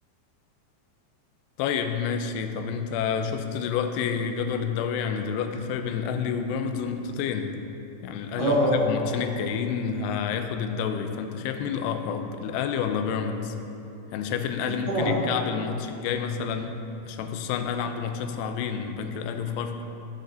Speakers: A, on the left; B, on the right.
A: طيب ماشي طب انت شفت دلوقتي جدول الدوري يعني دلوقتي الفرق بين الاهلي وبيراميدز نقطتين يعني الاهلي
B: اه
A: لو كسب الماتشين الجايين هياخد الدوري فانت شايف مين الاقرب الاهلي ولا بيراميدز يعني شايف ان الاهلي
B: أكيد
A: ممكن
B: طبعا
A: يتكعب الماتش الجاي مثلا عشان خصوصا الاهلي عنده ماتشين صعبين بنك الاهلي وفاركو